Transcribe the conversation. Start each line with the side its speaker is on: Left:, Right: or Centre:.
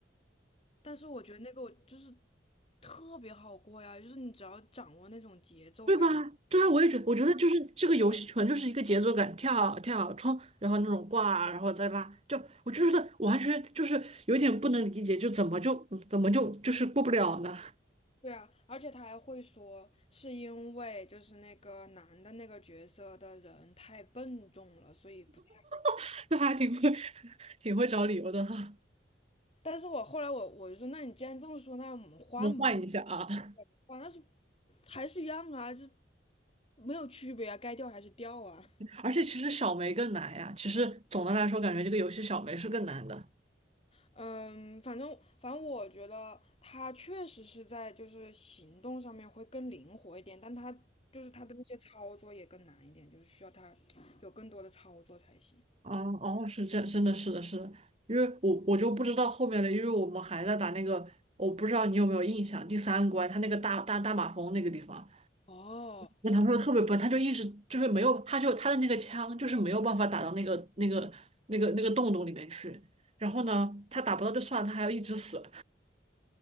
Left: 但是我觉得那个就是特别好过呀，就是你只要掌握那种节奏感就
Right: 对吧？对啊，我也觉得，我觉得就是这个游戏纯就是一个节奏感，
Left: 好了。
Right: 跳跳冲，然后那种挂，然后再拉，就我就觉得完全就是有点不能理解，就怎么就嗯怎么就就是过不了呢？
Left: 对啊，而且他还会说是因为就是那个男的那个角色的人太笨重了，所以不太。
Right: <laughs> 就还挺会 <laughs> 挺会找理由的哈。
Left: 但是我后来我我就说，那你既然这么说，那我们换嘛？
Right: 我们换一下啊，
Left: 换那是还是一样啊，就没有区别啊，该掉还是掉啊。
Right: 而且其实小梅更难呀。其实总的来说，感觉这个游戏小梅是更难的。
Left: 嗯，反正反正我觉得他确实是在就是行动上面会更灵活一点，但他就是他的那些操作也更难一点，就是需要他有更多的操作才行。
Right: 哦哦，是这真的是的是的，因为我我就不知道后面了，因为我们还在打那个，我不知道你有没有印象，第三关它那个大大大马蜂那个地方。
Left: 哦，
Right: 男朋友特别笨，
Left: 我知
Right: 他就一直就是没有，他就他的那个枪就是没有办法打到那个那个那个那个洞洞里面去。然后呢，他打不到就算了，他还要一直死，